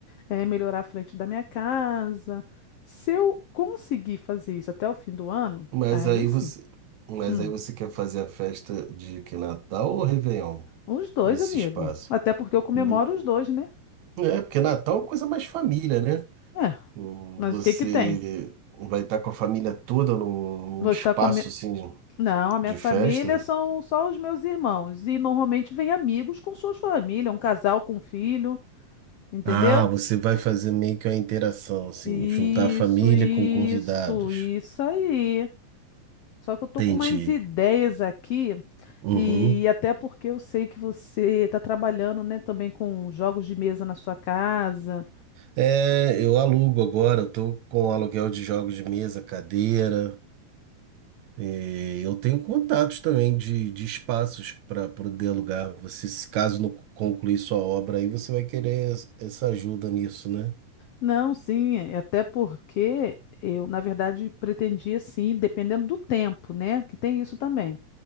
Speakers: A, on the left; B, on the right.
A: é, melhorar a frente da minha casa. Se eu conseguir fazer isso até o fim do ano,
B: Mas
A: aí
B: aí
A: sim.
B: você, mas
A: Hum,
B: aí você quer fazer a festa de que Natal ou Réveillon
A: os dois,
B: nesse
A: amigo.
B: espaço?
A: Até porque eu comemoro
B: No-
A: os dois, né?
B: É, porque Natal é uma coisa mais família, né?
A: É,
B: Hum,
A: mas
B: Você
A: o que que tem?
B: vai estar com a família toda num
A: Vou
B: num espaço
A: estar com a minha.
B: assim
A: Não, a minha
B: de
A: família
B: festa?
A: são só os meus irmãos. E normalmente vem amigos com suas famílias, um casal com um filho, entendeu?
B: Ah, você vai fazer meio que uma interação, assim,
A: Isso,
B: juntar a família
A: isso,
B: com convidados.
A: isso aí. Só que eu tô
B: Entendi.
A: com mais ideias aqui,
B: Uhum.
A: e até porque eu sei que você tá trabalhando, né, também com jogos de mesa na sua casa.
B: É, eu alugo agora, eu tô com aluguel de jogos de mesa, cadeira. e eu tenho contatos também de, de espaços para poder alugar. Você, se caso não concluir sua obra aí, você vai querer es- essa ajuda nisso, né?
A: Não, sim, é até porque eu, na verdade, pretendia sim, dependendo do tempo, né? Que tem isso também.